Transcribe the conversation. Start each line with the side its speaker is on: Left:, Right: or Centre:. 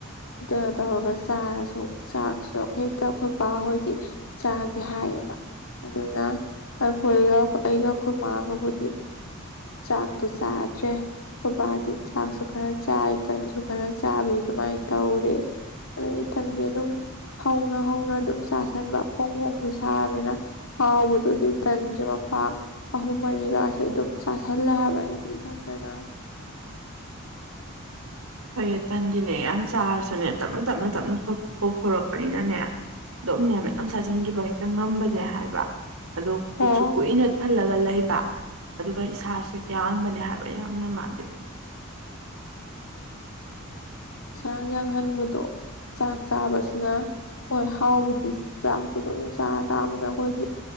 Left: ꯀꯩꯅꯣ ꯇꯧꯔꯒ ꯆꯥꯔꯁꯨ ꯆꯥꯛꯁꯨ ꯑꯩꯈꯣꯏ ꯍꯦꯛꯇ ꯑꯩꯈꯣꯏ ꯕꯥꯍꯣꯏꯗꯤ ꯆꯥꯒꯦ ꯍꯥꯏꯌꯦꯕ ꯑꯗꯨꯅ ꯑꯩꯈꯣꯏꯒ ꯑꯩꯒ ꯈꯨꯣꯏꯃꯥꯒꯕꯨꯗꯤ ꯆꯥꯛꯇꯣ ꯆꯥꯗ꯭ꯔꯦ ꯈꯨꯣꯏꯕꯥꯗꯤ ꯆꯥꯛꯁꯨ ꯈꯔ ꯆꯥꯏ ꯇꯟꯁꯨ ꯈꯔ ꯆꯥꯕꯤ ꯑꯗꯨꯃꯥꯏꯅ ꯇꯧꯔꯦ ꯑꯗꯩꯊꯟꯁꯦ ꯑꯗꯨꯝ ꯍꯧꯅ ꯍꯧꯅ ꯑꯗꯨꯝ ꯆꯥꯁꯟꯕ ꯐꯣꯡ ꯐꯣꯡꯁꯨ ꯁꯥꯕꯅꯤꯅ ꯍꯥꯎꯕꯗꯨꯗꯤ ꯇꯟꯁꯦ ꯂꯨꯄꯥ ꯑꯍꯨꯝ ꯃꯔꯤꯒꯥꯁꯦ ꯑꯗꯨꯝ ꯆꯥꯥꯁꯜꯂꯦ ꯍꯥꯏꯕ ꯑꯩꯗꯤ ꯏꯊꯟꯇꯅ
Right: ꯍꯣꯏꯌꯦ ꯇꯟꯒꯤꯅꯦ ꯌꯥꯝ ꯆꯥꯔꯁꯨꯅꯦ ꯇꯞꯅ ꯇꯞꯅ ꯇꯞꯅ ꯄꯣꯛꯊꯣꯔꯛꯄꯅꯤꯅꯅꯦ ꯑꯗꯨꯝꯅꯦ ꯃ ꯌꯥꯝ ꯆꯥꯁꯤꯟꯈꯤꯕ ꯍꯦꯛꯇ ꯉꯝꯕꯅꯦ ꯍꯥꯏꯕ ꯑꯗꯣ ꯀꯛꯁꯨ
Left: ꯑꯣ
Right: ꯀꯨꯏꯅ ꯊꯜꯂꯒ ꯂꯩ ꯑꯗꯨꯒ ꯏꯁꯥꯁꯨ ꯌꯥꯡꯕꯅꯦ ꯍꯥꯏꯕ ꯌꯥꯝꯅ ꯃꯥꯜꯂꯤ
Left: ꯍꯁꯥꯡ ꯌꯥꯡꯍꯟꯕꯗꯣ ꯆꯥꯛ ꯆꯥꯕꯁꯤꯅ ꯍꯣꯏ ꯍꯥꯎꯕꯗꯤ ꯆꯥꯛꯇꯣ ꯑꯗꯨꯝ ꯆꯥꯔꯔꯛꯑꯅꯤꯅ ꯑꯩꯈꯣꯏꯗꯤ